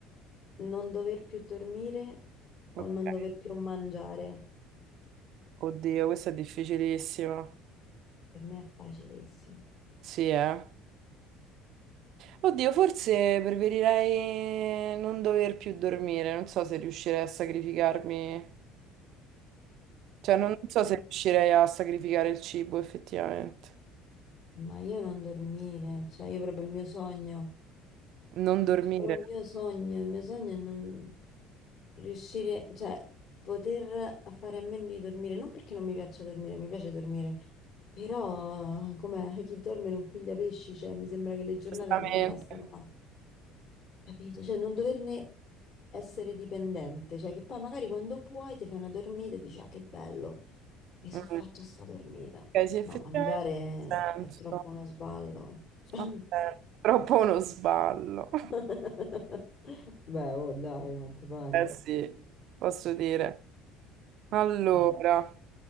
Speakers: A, on the left; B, on the right.
A: non dover più dormire
B: Ok.
A: o non dover più mangiare?
B: Oddio, questa è difficilissima.
A: Per me è facilissimo.
B: Sì, eh. Oddio, forse preferirei non dover più dormire. Non so se riuscirei a sacrificarmi. Cioè, non
A: Ma
B: non so
A: i-
B: se riuscirei a sacrificare il cibo, effettivamente.
A: ma io, non dormire, cioè io proprio il mio sogno,
B: Non dormire,
A: cioè proprio il mio sogno, il mio sogno è non riuscire, cioè poter a fare a meno di dormire, non perché non mi piaccia dormire, mi piace dormire, però come chi dorme non piglia pesci, cioè mi sembra che le giornate
B: giustamente.
A: non mi bastano mai, capito? Cioè non doverne essere dipendente, cioè che poi magari quando puoi ti fai una dormita e dici ah che bello. Mi sono
B: Mm.
A: fatto sta dormita.
B: Ok, sì, effettivamente.
A: No, mangiare
B: ha senso.
A: è troppo uno sballo. Cioè,
B: Ha senso. Troppo uno sballo.
A: <laughs> Beh, oh dai, ma ti pare?
B: Eh sì, posso dire. Allora,
A: eh,